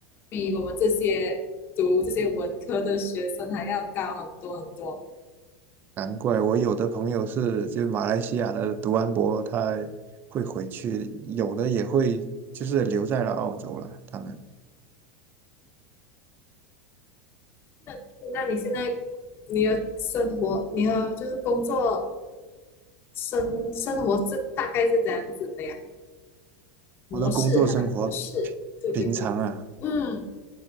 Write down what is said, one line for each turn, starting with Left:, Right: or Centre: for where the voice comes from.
Left: 比我们这些读这些文科的学生还要高很多很多。
Right: 难怪我有的朋友是就马来西亚的读完博，他会回去，有的也会就是留在了澳洲了。他们
Left: 那那你现在你的生活，你的就是工作生生活是大概是这样子的呀？模式，
Right: 我的工作生活平平常啊。
Left: 它的模式，对对对，嗯，